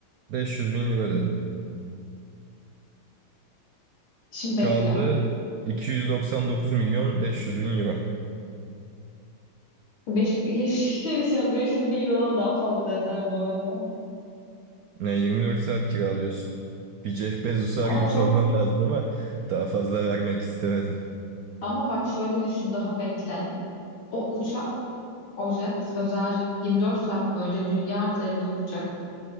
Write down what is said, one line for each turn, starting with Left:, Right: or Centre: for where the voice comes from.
Right: 500 bin euro dedim.
Left: Şimdi bekle.
Right: Kaldı 299 milyon 500 bin euro.
Left: 5, <laughs> şey diyeceğim 500 bin eurodan daha fazla eder bu arada.
Right: Yani 24 saat kiralıyorsun. Bir Jeff Bezos'u
Left: Ama
Right: arayıp
Left: çok
Right: sormam lazım ama daha fazla vermek istemedim.
Left: ama bak şöyle düşün daha bekle. O uçak, o jet, özel jet 24 saat boyunca dünya üzerinde uçacak.